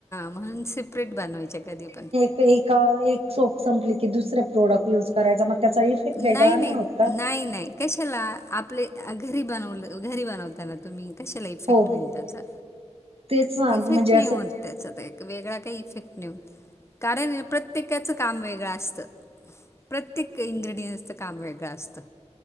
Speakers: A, on the left; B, on the right.
A: म्हणून सेपरेट बनवायचे कधी पण.
B: एका एक सोप संपली की, दुसर प्रोडक्ट युज करायचा मग त्यांचा इफेक्ट.
A: नाही
B: वेगळा
A: नाही
B: होत का
A: नाही नाही कशाला आपले घरी बनवलं घरी बनवताना तुम्ही. कशाला इफेक्ट
B: हो
A: होईल त्यांचा,
B: तेच ना म्हणजे
A: इफेक्ट नाही
B: असं
A: होत त्याचा. वेगळा काही इफेक्ट नाही होतं, कारण प्रत्येकाचं काम वेगळं असतं. प्रत्येक इंग्रेडियंसच काम वेगळं असतं.